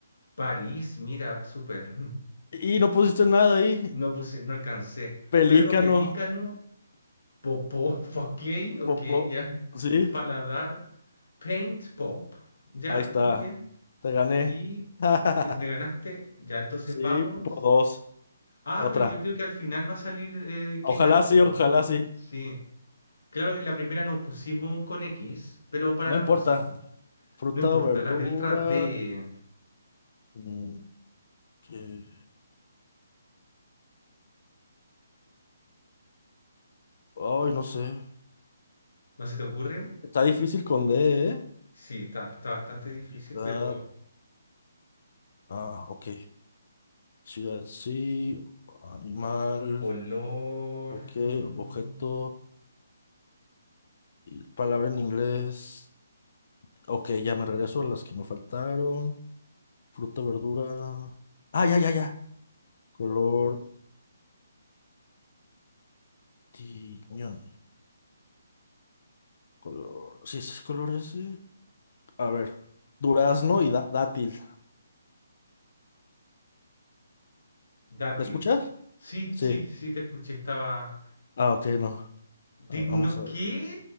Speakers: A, on the left; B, on the left.
A: París, mira, súper. <laughs>
B: Y no pusiste nada ahí.
A: No puse, no alcancé.
B: Pelícano.
A: Perro pelícano, Popó, <laughs> ok, ok,
B: Popo.
A: ya.
B: Sí,
A: Paladar, Paint Pop, ya,
B: ahí está.
A: muy bien.
B: Te gané.
A: Y
B: <laughs>
A: te- me ganaste, ya, entonces
B: Sí,
A: vamos.
B: por dos.
A: Ah,
B: Otra.
A: pero yo creo que al final va a salir eh,
B: Ojalá
A: quién ganó.
B: sí,
A: po.
B: ojalá sí.
A: Sí, claro que en la primera nos pusimos con X, pero para
B: No
A: la
B: importa.
A: próxima.
B: Fruta,
A: No importa,
B: o verdura.
A: las letras D.
B: mm, ¿qué? Ay, no sé.
A: ¿No se te ocurren?
B: Está difícil con D, ¿eh?
A: Sí, está, está bastante difícil,
B: Ciudad,
A: pero
B: Ah, ok. Ciudad, sí. Animal.
A: color
B: Ok.
A: mm,
B: Objeto. Y palabra en inglés. Ok, ya me regreso a las que me faltaron. Fruta, verdura. Ah, ya, ya, ya. Color. Tiñón. Color. Sí, ese es color ese. A ver, durazno y da- dátil.
A: dátil.
B: ¿Me escuchas?
A: Sí,
B: Sí.
A: sí, sí, te escuché, estaba...
B: Ah, ok, no.
A: Digno.
B: Ah, vamos a ver.
A: ¿Qué?